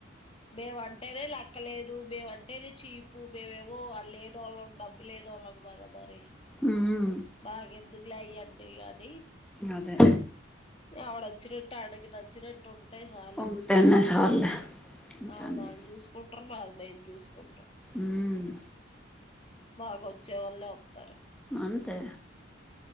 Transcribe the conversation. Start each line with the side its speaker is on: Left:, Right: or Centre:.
Left: మేముంటేనే లెక్కలేదు మేముంటేనే చీపు మేమేవో లేడు వాళ్ళని డబ్బులు లేన వాళ్ళం కదా మరి
Centre: ఉమ్
Left: మాక ఎందుకులాయ్యండి అది
Centre: అదే
Left: అవడ అచ్చినెట్ట్ట అడి అచ్చినటు ఉంది అంటాయి సాలు
Centre: ఉంటేనే చాల్లే ఇంకా
Left: అలే
Centre: అన్ని
Left: అల్లు చూసుకుంటారు మది మేం చూసుకుంటం
Centre: మ్మ్
Left: మాక్ వచ్చే వాలే వస్తారు
Centre: అంతే